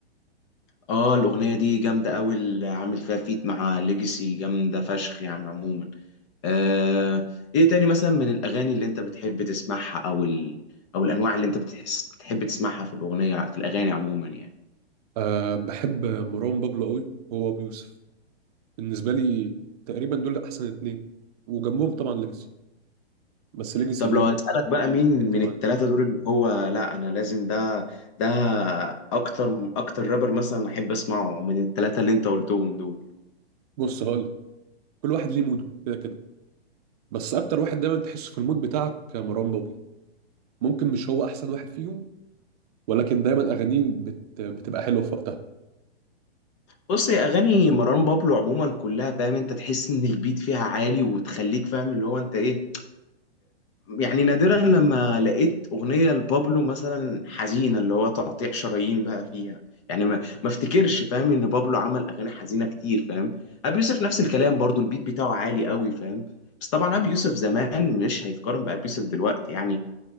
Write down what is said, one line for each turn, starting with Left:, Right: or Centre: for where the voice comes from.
Left: اه الاغنيه دي جامده قوي اللي عامل فيها فيت مع ليجاسي جامده فشخ يعني عموما آه ايه تاني مثلا من الاغاني اللي انت بتحب تسمعها او ال... او الانواع اللي انت بتحس بتحب تسمعها في الاغنيه في الاغاني عموما يعني
Right: آه بحب مروان بابلو قوي هو ابو يوسف بالنسبه لي تقريبا دول احسن اتنين وجنبهم طبعا ليجاسي بس ليجاسي
Left: طب
Right: ليه
Left: لو هسألك بقى مين من
Right: انت معايا
Left: التلاتة دول اللي هو لا أنا لازم ده ده أكتر أكتر رابر مثلا أحب أسمعه من التلاتة اللي أنت قلتهم دول
Right: بص هقول لك، كل واحد ليه موده كده كده بس اكتر واحد دايما تحسه في المود بتاعك مروان بابلو ممكن مش هو احسن واحد فيهم ولكن دايما اغانيه بت... بتبقى حلوه في وقتها
Left: بص هي أغاني مروان بابلو عموما كلها فاهم أنت تحس إن البيت فيها عالي وتخليك فاهم اللي هو أنت إيه يعني نادرا لما لقيت أغنية لبابلو مثلا حزينة اللي هو تقطيع شرايين بقى فيها يعني ما ما افتكرش فاهم ان بابلو عمل اغاني حزينة كتير فاهم ابي يوسف نفس الكلام برضو البيت بتاعه عالي قوي فاهم بس طبعا ابي يوسف زمان مش هيتقارن بابي يوسف دلوقتي يعني